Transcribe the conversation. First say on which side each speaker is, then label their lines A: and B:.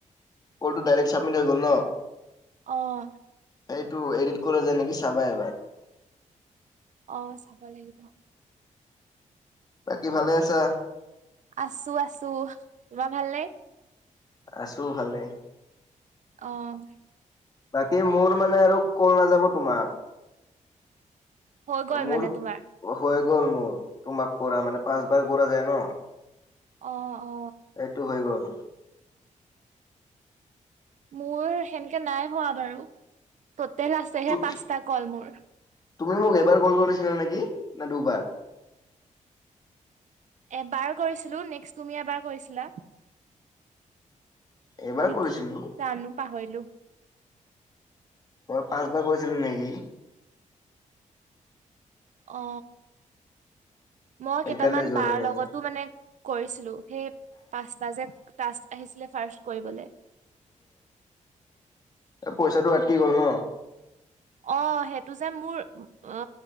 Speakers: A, on the left; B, on the right.
A: কলটো ডাইৰেক্ট ছাবমিট হৈ গ'ল ন?
B: অ'।
A: এইটো এডিট কৰা যায় নেকি চাবা এবাৰ।
B: অ চাব লাগিব।
A: বাকী ভালে আছা
B: আছো-আছো। তোমাৰ ভাল নে?
A: আছো ভাল।
B: অ'।
A: বাকী মোৰ মানে আৰু কল নাযাব তোমাক।
B: হৈ গল
A: মোৰ
B: মানে তোমাৰ?
A: হৈ গ'ল মোৰ তোমাক কৰা মানে পাঁচ বাৰ কৰা যায় ন?
B: অ অ
A: এইটো হৈ গ'ল।
B: মোৰ সেনেকে নাই হোৱা বাৰু। টটেল আছেহে
A: তু-
B: পাঁচটা কল মোৰ।
A: তুমি মোক এবাৰ কল কৰিছিলা নেকি না দুবাৰ?
B: এবাৰ কৰিছিলো নেক্সট তুমি এবাৰ কৰিছিলা।
A: এবাৰ
B: নিকি
A: কৰিছিলো
B: জানো। পাহৰিলো।
A: মই পাঁচবাৰ কৰিছিলো নেকি?
B: অ মই
A: সেইকাৰণে
B: কেইটামান
A: যোৱা
B: বাৰ
A: নাই নেকি
B: লগতো মানে কৰিছিলো সেই পাঁচটা যে তাকচ আহিছিলে। ফাৰ্ষ্চ কৰিবলৈ।
A: উম পইচাটো। কি গল ন।
B: অ' সেইটো যে মোৰ অ